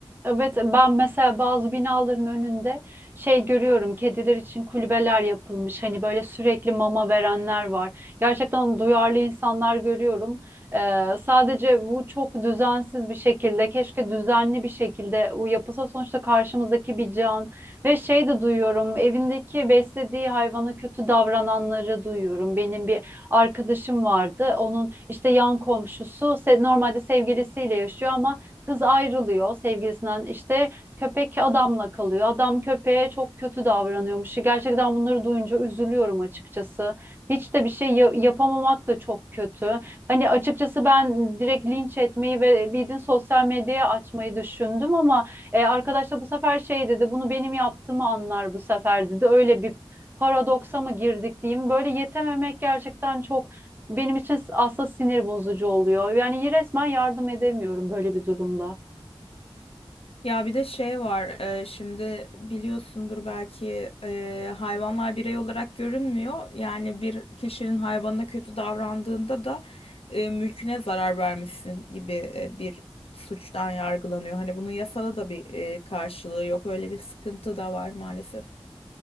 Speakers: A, on the right; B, on the left.
A: Evet ben mesela bazı binaların önünde şey görüyorum kediler için kulübeler yapılmış hani böyle sürekli mama verenler var. Gerçekten duyarlı insanlar görüyorum. Ee, sadece bu çok düzensiz bir şekilde keşke düzenli bir şekilde bu yapılsa sonuçta karşımızdaki bir can ve şey de duyuyorum evindeki beslediği hayvana kötü davrananları duyuyorum. Benim bir arkadaşım vardı onun işte yan komşusu se- normalde sevgilisiyle yaşıyor ama Kız ayrılıyor sevgilisinden işte köpek adamla kalıyor. Adam köpeğe çok kötü davranıyormuş. Gerçekten bunları duyunca üzülüyorum açıkçası. Hiç de bir şey ya- yapamamak da çok kötü. Hani açıkçası ben direkt linç etmeyi ve bildiğin sosyal medyaya açmayı düşündüm ama e, arkadaş da bu sefer şey dedi bunu benim yaptığımı anlar bu sefer dedi. Öyle bir paradoksa mı girdik diyeyim. Böyle yetememek gerçekten çok benim için aslında sinir bozucu oluyor. Yani resmen yardım edemiyorum böyle bir durumda.
B: Ya bir de şey var, e, şimdi biliyorsundur belki e, hayvanlar birey olarak görünmüyor. Yani bir kişinin hayvanına kötü davrandığında da e, mülküne zarar vermişsin gibi e, bir suçtan yargılanıyor. Hani bunun yasada da bir e, karşılığı yok. Öyle bir sıkıntı da var maalesef.